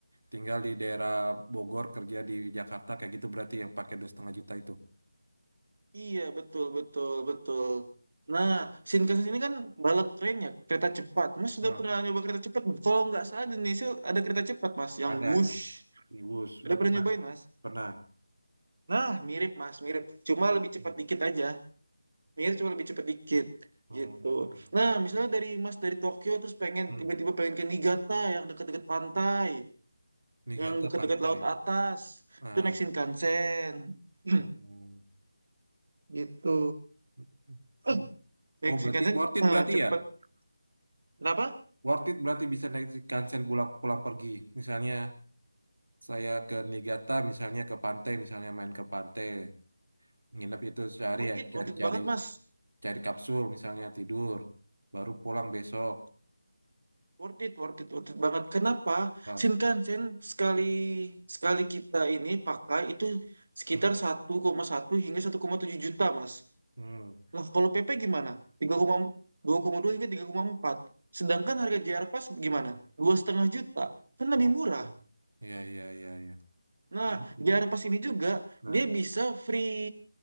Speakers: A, on the right (about 80°); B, on the right (about 55°).
A: tinggal di daerah Bogor kerja di Jakarta kayak gitu berarti yang pakai dua setengah juta itu.
B: iya betul betul betul nah Shinkansen ini kan bullet train ya kereta cepat mas sudah
A: Nah,
B: pernah nyoba kereta cepat kalau nggak salah di Indonesia ada kereta cepat mas yang
A: ada
B: Wush
A: ada. Iwus, udah
B: udah pernah
A: pernah
B: nyobain mas
A: pernah.
B: nah mirip mas mirip cuma lebih cepat
A: Hmm.
B: dikit aja Mikir cuma lebih cepet dikit
A: Hmm.
B: gitu. Nah, misalnya dari Mas dari Tokyo terus pengen
A: Hmm.
B: tiba-tiba pengen ke Niigata yang dekat-dekat pantai,
A: Ini
B: yang
A: kata
B: dekat-dekat
A: pantai.
B: laut atas,
A: Nah,
B: itu naik Shinkansen. <clears throat>
A: Hmm.
B: Gitu.
A: hmm,
B: Eh,
A: hmm.
B: Naik
A: Oh
B: Shinkansen
A: berarti worth it
B: eh,
A: berarti
B: cepet.
A: ya?
B: Kenapa?
A: Worth it berarti bisa naik Shinkansen pulang pulang pergi. Misalnya saya ke Niigata, misalnya ke pantai, misalnya main ke pantai, nginep itu sehari
B: Worth
A: ya,
B: it, worth
A: cari-cari
B: it banget, Mas.
A: cari kapsul misalnya tidur, baru pulang besok.
B: Worth it, worth it, worth it banget. Kenapa?
A: Ah,
B: Shinkansen sekali sekali kita ini pakai itu sekitar
A: hmm,
B: satu koma satu hingga satu koma tujuh juta, Mas.
A: hmm,
B: Nah, kalau PP gimana? 3,2 2,2 hingga 3,4. Sedangkan harga JR Pass gimana? 2,5 juta. Kan lebih murah.
A: iya iya iya iya,
B: Nah,
A: ya itu.
B: JR Pass ini juga
A: Nah,
B: dia bisa free